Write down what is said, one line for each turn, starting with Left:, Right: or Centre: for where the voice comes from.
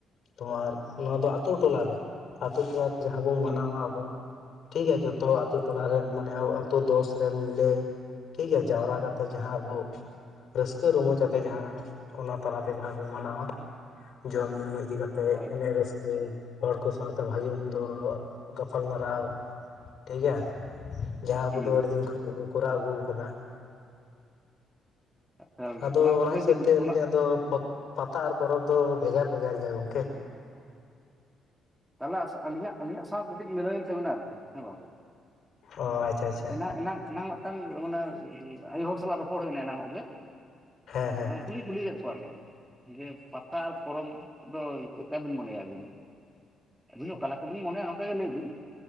Left: ᱛᱳᱢᱟᱨ ᱱᱚᱣᱟ ᱫᱚ ᱟᱛᱳ ᱴᱚᱞᱟ ᱨᱮ ᱟᱛᱳ ᱴᱚᱞᱟ ᱨᱮ ᱡᱟᱦᱟᱸ ᱵᱚ ᱢᱟᱱᱟᱣᱟ
Centre: ᱦᱮᱸ
Left: ᱟᱵᱚ, ᱴᱷᱤᱠ ᱜᱮᱭᱟ ᱡᱚᱛᱚ ᱟᱛᱳ ᱴᱚᱞᱟ ᱨᱮᱱ ᱢᱟᱱᱮ ᱟᱛᱳ ᱫᱚᱥ ᱨᱮᱱ ᱢᱤᱞᱮ ᱴᱷᱤᱠᱜᱮᱭᱟ ᱡᱟᱣᱨᱟ ᱠᱟᱛᱮᱜ ᱡᱟᱦᱟᱸ ᱟᱵᱚᱼᱼ ᱨᱟᱹᱥᱠᱟᱹ ᱨᱚᱢᱚᱡ ᱟᱛᱮ ᱡᱟᱦᱟᱸ ᱚᱱᱟ ᱛᱟᱞᱟᱛᱮ ᱡᱟᱦᱟᱸ ᱵᱚ ᱢᱟᱱᱟᱣᱟ ᱡᱚᱢ ᱧᱩ ᱤᱫᱤ ᱠᱟᱛ ᱛᱮ
Centre: ᱦᱳᱭ
Left: ᱮᱱᱮᱡ
Centre: ᱦᱳᱭ
Left: ᱨᱟᱹᱥᱠᱟᱹᱭ ᱦᱚᱲ ᱠᱚ ᱥᱟᱶᱛᱮ ᱵᱷᱟᱜᱤ ᱢᱚᱱᱫᱚ ᱜᱟᱯᱟᱞ ᱢᱟᱨᱟᱨᱟᱣ ᱴᱷᱤᱠ ᱜᱮᱭᱟ᱾ ᱡᱟᱸᱦᱟ ᱟᱵᱚ
Centre: ᱦᱩᱸ
Left: ᱫᱚ ᱟᱹᱰᱤ ᱫᱤᱱ ᱠᱷᱚᱱ ᱜᱮᱵᱚᱱ ᱠᱚᱨᱟᱣ ᱟᱹᱜᱩ ᱟᱠᱟᱫᱟ
Centre: ᱟᱪᱪᱷᱟ
Left: ᱟᱫᱚ
Centre: ᱞᱮᱠᱟᱛᱮ
Left: ᱚᱱᱟ ᱦᱤᱥᱟᱹᱵᱛᱮ
Centre: ᱡᱩᱫᱤ
Left: ᱟᱹᱞᱤᱧᱟᱜ
Centre: ᱚᱱᱟ
Left: ᱫᱚ ᱯᱟᱛᱟ, ᱟᱨ ᱯᱚᱨᱚᱵᱽ, ᱫᱚ ᱵᱷᱮᱜᱟᱨ, ᱵᱷᱮᱜᱟᱨ ᱜᱮᱭᱟ ᱜᱚᱝᱠᱮ᱾
Centre: ᱛᱟᱦᱚᱞᱮ ᱟᱹᱞᱤᱧᱟᱜ ᱟᱹᱞᱤᱧᱟᱜ ᱥᱟᱶ ᱠᱟᱹᱴᱤᱡ ᱢᱤᱞᱟᱹᱣ ᱛᱟᱵᱮᱱᱟ ᱟᱨᱠᱤ ᱦᱮᱸ ᱵᱟᱝ?
Left: ᱚ ᱟᱪᱪᱷᱟ ᱟᱪᱪᱷᱟ
Centre: ᱮᱱᱟ ᱮᱱᱟᱝ ᱮᱱᱟᱝᱚᱜ ᱴᱟᱝ ᱢᱟᱱᱮ ᱟᱭᱩ ᱦᱚᱲ ᱥᱟᱞᱟᱜ ᱨᱚᱯᱚᱲ ᱦᱩᱭ ᱮᱱᱟ ᱮᱱᱟᱝᱚᱜ ᱜᱮ
Left: ᱦᱮᱸ ᱦᱮᱸ
Centre: ᱟᱫᱚ ᱠᱩᱞᱤ ᱠᱩᱞᱤᱠᱮᱫ ᱠᱚᱣᱟᱞᱤᱧ ᱡᱮ ᱯᱟᱛᱟ ᱟᱨ ᱯᱚᱨᱚᱵᱽ ᱫᱚ ᱪᱮᱫ ᱞᱮᱠᱟᱵᱤᱱ ᱢᱚᱱᱮᱭᱟ᱾ ᱟᱹᱵᱤᱱ ᱚᱠᱟ ᱞᱮᱠᱟᱵᱤᱱ ᱢᱚᱱᱮᱭᱟ ᱱᱚᱝᱠᱟ ᱞᱟᱹᱭ ᱵᱤᱱ